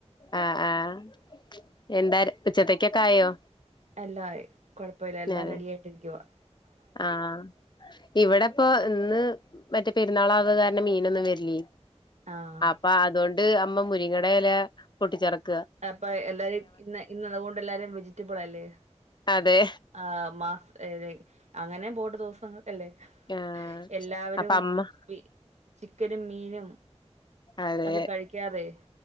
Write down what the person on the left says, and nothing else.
ആ ആഎന്താര് ഉച്ചത്തെക്കൊക്കെ ആയോ?
അതെ
ആഹ് ഇവിടെപ്പൊ ഇന്ന് മറ്റേ പെരുന്നാളാകുക കാരണം മീനൊന്നും വരില്ലേ
പ്പ അതുകൊണ്ട് അമ്മ മുരിങ്ങടെ ഇല പൊട്ടിച്ചടക്ക
അതെ
ആഹ്
അപ്പൊ അമ്മ
അതെ